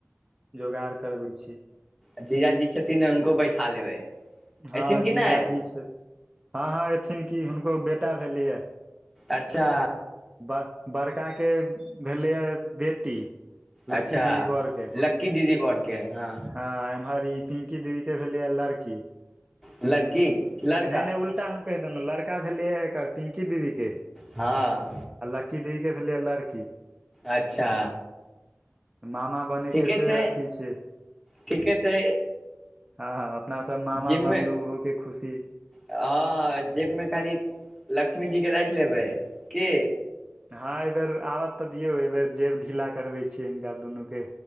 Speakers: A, on the right; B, in the centre.
A: जोगाड़ करबै छी
B: जीजा जी छथिन न हुनको बैठा लेबै
A: हँ
B: एथिन कि
A: जीजाजी
B: नहि
A: छै हँ हँ एथिन कि हुनको बेटा भेलैए
B: अच्छा
A: ब बड़का के भेलैए बेटी लक्की
B: अच्छा
A: दीदी बर के
B: लक्की दीदी बरके हँ
A: ह एमहर ई पिंकी दीदी के भेल लड़की
B: लड़की कि लड़का
A: नहि नहि उल्टा हम कहि देलौ लड़का भेलैया एकर पिंकी दीदी के
B: हँ
A: की दिदि के भेलै है लड़की
B: अच्छा
A: मामा बनै
B: ठीके
A: के से
B: छै
A: अथी छै
B: ठीके छै
A: हँ हँ अपना सब मामा
B: जिममे
A: बनलहुं ओहो के खुशी
B: हँ जेबमे खाली लक्ष्मीजी के राखि लेबै की
A: हँ एहिबेर आब'तऽ दियौ एहि बेर जेब ढीला करबै छियै हिनका दुनू के